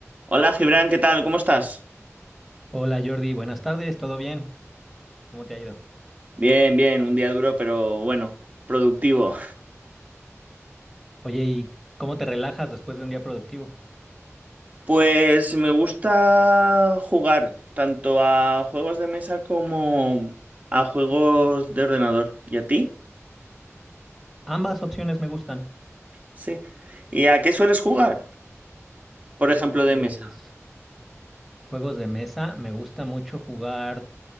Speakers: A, on the right; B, in the centre.
A: Hola Gibran, ¿qué tal? ¿Cómo estás?
B: Hola Jordi, buenas tardes, ¿todo bien? ¿Cómo te ha ido?
A: Bien, bien, un día duro, pero bueno, productivo.
B: Oye, ¿y cómo te relajas después de un día productivo?
A: Pues me gusta jugar tanto a juegos de mesa como a juegos de ordenador. ¿Y a ti?
B: Ambas opciones me gustan.
A: Sí. ¿Y a qué sueles jugar? Por ejemplo, de
B: Pues
A: mesa.
B: juegos de mesa, me gusta mucho jugar